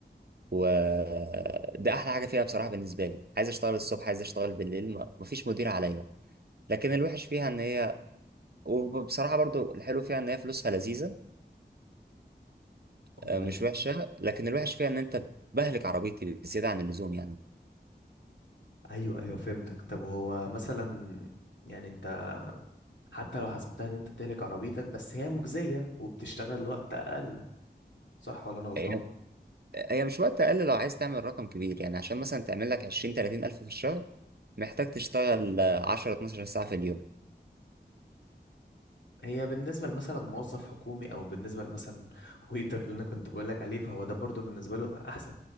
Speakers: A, on the right; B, on the left.
A: وده احلى حاجه فيها بصراحه بالنسبه لي عايز اشتغل الصبح عايز اشتغل بالليل ما- مفيش مدير عليا لكن الوحش فيها ان هي وبصراحه برضو الحلو فيها ان هي فلوسها لذيذه
B: امال
A: آه، مش وحشه لكن الوحش فيها ان انت بهلك عربيتي بزياده عن اللزوم يعني
B: ايوه ايوه فهمتك طب هو مثلا يعني انت حتى لو حسبتها ان انت بتهلك عربيتك بس هي مجزية وبتشتغل وقت اقل صح ولا انا غلطان
A: هي هي مش وقت اقل لو عايز تعمل رقم كبير يعني عشان مثلا تعمل لك 20 30 الف في الشهر محتاج تشتغل آه، 10 12 ساعه في اليوم
B: هي بالنسبة لمثلا موظف حكومي أو بالنسبة لمثلا ويتر اللي أنا كنت بقولك عليه فهو ده برضو بالنسبة له أحسن